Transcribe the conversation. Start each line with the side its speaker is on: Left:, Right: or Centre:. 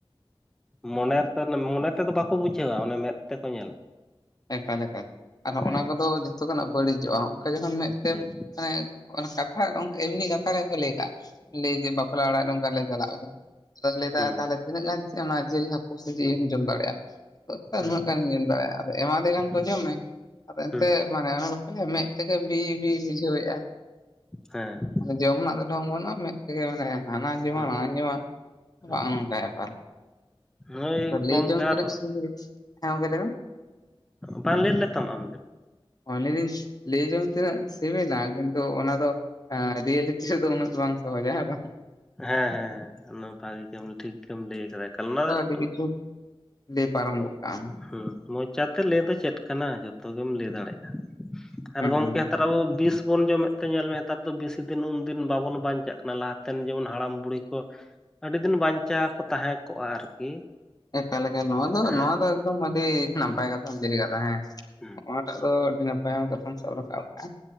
Centre: ᱢᱚᱱᱮ ᱨᱮᱛ ᱢᱚᱱᱮ ᱛᱮᱫᱚ ᱵᱟᱠᱚ ᱵᱩᱡᱷᱟᱹᱣᱟ ᱚᱱᱮ ᱢᱮᱸᱫ ᱛᱮᱠᱚ ᱧᱮᱞᱟ᱾
Left: ᱮᱠᱟᱞ ᱞᱮᱠᱟ ᱟᱨᱦᱚᱸ
Centre: ᱦᱮᱸ
Left: ᱚᱱᱟ ᱠᱚᱫᱚ ᱡᱚᱛᱚ ᱠᱷᱱᱟᱜ ᱵᱟᱹᱲᱤᱡᱚᱜᱼᱟ᱾ ᱡᱚᱠᱷᱚᱱ ᱢᱮᱫᱛᱮ
Centre: ᱦᱮᱸ
Left: ᱢᱟᱱᱮ ᱠᱟᱛᱷᱟ ᱜᱟᱢᱠᱮ ᱮᱢᱱᱤ ᱠᱟᱛᱷᱟ ᱨᱮᱠᱚ ᱞᱟᱹᱭ ᱠᱟᱜ ᱞᱟᱹᱭ ᱡᱮ ᱵᱟᱯᱞᱟ ᱚᱲᱟᱜ ᱨᱮ ᱱᱚᱝᱠᱟ ᱞᱮ ᱪᱟᱞᱟᱣᱟ ᱞᱟᱹᱫᱟᱭ
Centre: ᱦᱩᱸ
Left: ᱛᱟᱦᱚᱞᱮ ᱛᱤᱱᱟᱹᱜ ᱜᱟᱱ ᱚᱱᱟ ᱡᱤᱞ ᱦᱟᱹᱠᱩ ᱥᱮ ᱡᱮ ᱮᱢ ᱡᱚᱢ ᱫᱟᱲᱮᱭᱟᱜᱼᱟ
Centre: ᱦᱩᱸ
Left: ᱩᱱᱟᱹᱜ ᱜᱟᱱᱤᱧ ᱡᱚᱢ ᱫᱟᱲᱮᱭᱟᱜᱼᱟ᱾ ᱮᱢᱟ ᱫᱮ ᱠᱟᱱᱠᱚ
Centre: ᱦᱩᱸ
Left: ᱡᱚᱢ ᱢᱮ ᱟᱫᱚ ᱮᱱᱛᱮ
Centre: ᱦᱩᱸ
Left: ᱢᱟᱱᱮ ᱟᱱᱟᱞᱚᱥ ᱠᱚ ᱡᱚᱢ ᱢᱮ᱾ ᱢᱮᱫ ᱛᱮᱜᱮ ᱵᱤ ᱵᱤ ᱵᱩᱡᱷᱟᱹᱣᱮᱫᱼᱟ
Centre: ᱦᱮᱸ
Left: ᱡᱚᱢ ᱨᱮᱱᱟᱜ ᱫᱚ ᱰᱷᱚᱝ ᱵᱟᱹᱱᱩᱜᱼᱟ ᱢᱮᱫ ᱛᱮᱜᱮ ᱢᱟᱱᱮ ᱦᱟᱱᱟ ᱡᱚᱢᱟ
Centre: ᱦᱩᱸ
Left: ᱱᱟᱦᱟᱧ ᱡᱚᱢᱟ ᱚᱦᱚᱸᱱᱚᱝᱠᱟ
Centre: ᱦᱩᱸ
Left: ᱵᱮᱯᱟᱨ᱾
Centre: ᱦᱳᱭ
Left: ᱞᱟᱹᱭ
Centre: ᱜᱚᱢᱠᱮ
Left: ᱡᱚᱝ ᱛᱤᱱᱟᱹᱜ
Centre: ᱟᱨ
Left: ᱥᱩᱨᱠᱴ ᱦᱮᱸ ᱜᱚᱝᱠᱮ ᱞᱟᱹᱭᱢᱮ?
Centre: ᱵᱟᱝ ᱞᱟᱹᱭ ᱞᱮᱛᱟᱢ ᱟᱢ
Left: ᱞᱟᱹᱭᱫᱤᱧ ᱞᱟᱹᱭ ᱡᱚᱝ ᱛᱤᱱᱟᱹᱜ ᱥᱤᱵᱤᱞᱟ ᱠᱤᱱᱛᱩ ᱚᱱᱟ ᱫᱚ ᱨᱤᱭᱮᱞᱤ ᱱᱤᱛᱟᱹ ᱫᱚ ᱩᱱᱟᱹᱜ ᱫᱚ ᱵᱟᱝ ᱥᱚᱦᱚᱡᱟ ᱦᱮᱸ ᱵᱟᱝ
Centre: ᱦᱮᱸ ᱦᱮᱸ ᱦᱮᱸ <unintelligible> ᱵᱷᱟᱜᱤ ᱜᱮ ᱴᱷᱤᱠ ᱜᱮᱢ ᱞᱟᱹᱭ ᱟᱠᱟᱫᱟ ᱮᱠᱟᱞ
Left: <unintelligible>
Centre: ᱚᱱᱟ᱾
Left: ᱠᱤᱪᱷᱩ ᱞᱮᱭ ᱯᱟᱨᱚᱢ ᱜᱚᱜ ᱠᱟ ᱟᱢ᱾
Centre: ᱦᱩᱸ ᱢᱚᱪᱟᱛᱮ ᱞᱟᱹᱭ ᱫᱚ ᱪᱮᱫ ᱠᱟᱱᱟ ᱡᱚᱛᱚ᱾ ᱡᱚᱛᱚ ᱜᱮᱢ ᱞᱟᱹᱭ ᱫᱟᱲᱮᱜᱼᱟ ᱟᱨ
Left: ᱦᱩᱸ
Centre: ᱜᱚᱢᱠᱮ
Left: ᱦᱩᱸ
Centre: ᱦᱮᱸᱮᱛᱟᱨ ᱟᱵᱚ ᱫᱚ ᱵᱤᱥ ᱵᱚᱱ ᱡᱚᱢᱮᱫ᱾ ᱛᱮ ᱧᱮᱞ ᱢᱮ ᱦᱮᱸᱮᱛᱟᱨ ᱫᱚ ᱵᱤᱥᱤ ᱫᱤᱱ ᱦᱚ ᱩᱱᱫᱤᱱ ᱵᱟᱵᱚᱱ ᱵᱟᱧᱪᱟᱜ ᱠᱟᱱᱟ ᱞᱟᱦᱟᱛᱮᱱ ᱡᱮᱢᱚᱱ ᱦᱟᱲᱟᱢ ᱵᱩᱲᱦᱤ᱾ ᱟᱹᱰᱤ ᱫᱤᱱ ᱵᱟᱧᱪᱟᱣ ᱠᱚ ᱛᱟᱦᱮᱸ ᱠᱚᱜᱼᱟ ᱟᱨᱠᱤ᱾
Left: ᱮᱠᱟᱞ ᱮᱠᱟᱞ ᱱᱚᱣᱟ ᱫᱚ
Centre: ᱦᱮᱸ
Left: ᱱᱚᱣᱟ ᱫᱚ ᱮᱠᱫᱚᱢ ᱟᱹᱰᱤ ᱱᱟᱯᱟᱭ
Centre: ᱦᱩᱸ
Left: ᱠᱟᱛᱷᱟᱢ ᱞᱟᱹᱭ ᱟᱠᱟᱫᱟ ᱦᱮᱸ᱾
Centre: ᱦᱩᱸ
Left: ᱴᱟᱜ ᱫᱚ ᱟᱹᱰᱤ ᱱᱟᱯᱟᱭ ᱠᱟᱛᱷᱟᱢ ᱥᱟᱵ ᱨᱟᱠᱟᱵ ᱠᱟᱜᱼᱟ